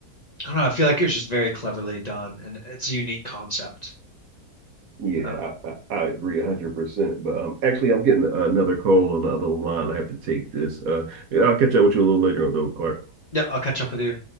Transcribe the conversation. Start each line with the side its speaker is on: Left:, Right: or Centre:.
Left: I don't know, I feel like it was just very cleverly done and it's a unique concept.
Right: yeah,
Left: Um,
Right: I, I, I agree one hundred percent. But um, actually, I'm getting another call on the other line. I have to take this. Uh, yeah, I'll catch up with you a little later, though, Clark.
Left: yep, I'll catch up with you.